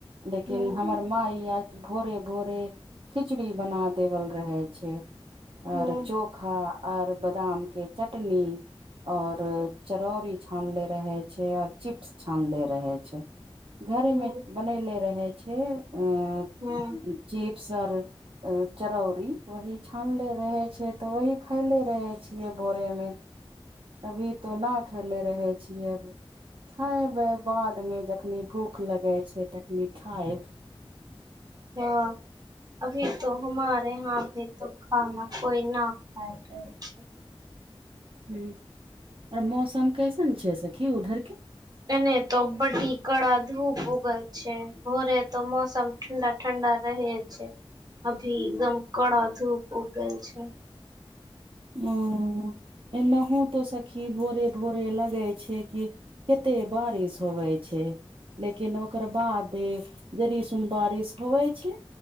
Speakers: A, on the right; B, on the right.
A: लेकिन
B: हूँ
A: हमर माइ आज भोरे भोरे खिचड़ी बना देवल रहे छै य
B: हूँ
A: ओर चोखा और बादाम के चटनी और चरौरी छान ले रह छैय और चिप्स छानले रहे छैय घरे
B: हूँ
A: मे बनले रह छे उऽ
B: हूँ
A: चिप्स और चरौरी वही छानले रहे छैय त वही खयले रहे छिये भोरे मे अभी तो ना खेले रहे छिये खायब बादमे जखनि भूख लगै छैय तखनि खएब
B: हँ अभी तो हमारे यहा भी तो खाना कोई ना खा रहे छैय
A: ह आइ मौसम कैसन छैय सखी उधर
B: एने त बडी कड़ा धूप उगल छैय भोरे त मौसम ठण्डा ठण्डा रह छैय अभी एकदम कड़ा धूप उगग छैय
A: ऊऽ एनाहु तो सखी भोरे भोरे लगे छैय कि कते बारिस होबै छै लेकिन ओकर बाद जरिसन बारिश होबै छैय